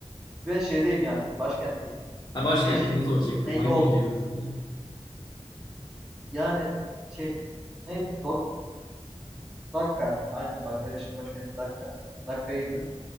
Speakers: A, in the centre; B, on the left.
A: ve şeydeyim yani başkentteyim.
B: Ha başkent
A: Ne şerit,
B: onu soracaktım.
A: ne yol.
B: Hangi şehirdesin? diye.
A: Yani şey ne Dok- Dakka aynen Bangladeş'in başkenti Dakka. Dakka'ya indim.